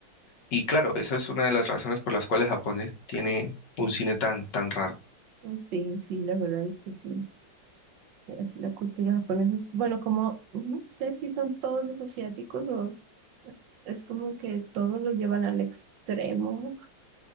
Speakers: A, on the left; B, on the right.
A: Y claro, esa es una de las razones por las cuales Japón eh, tiene un cine tan, tan raro.
B: Ah, Sí, sí, la verdad es que sí. Es la cultura japonesa es, bueno, como no sé si son todos los asiáticos o es como que todos lo llevan al extremo,